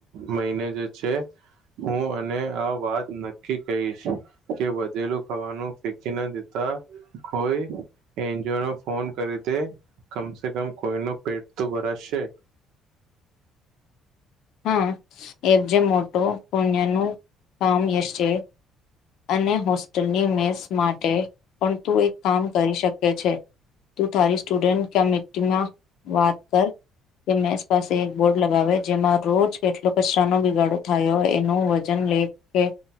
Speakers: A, on the right; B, on the left.
A: મહિને જે છે હું અને આ વાત નક્કી કહીશ કે વધેલું ખાવાનું ફેંકી ના દેતા કોઈ એનજીઓ નો ફોન કરી તે કમસે કમ કોઈનું પેટ તો ભરાશે
B: હા એબ જેમ મોટો પુણ્ય ન કામ છે અને હોસ્ટેલની મેસ માટે પણ તું એક કામ કરી શકે છે તું તારી સ્ટુડન્ટ કમિટીમાં વાત કર કે મેસ પાસે એક બોર્ડ લગાવ્યો જેમાં રોજ કેટલો કચરાનો બિગાડો થયો એનું વજન લેખ કે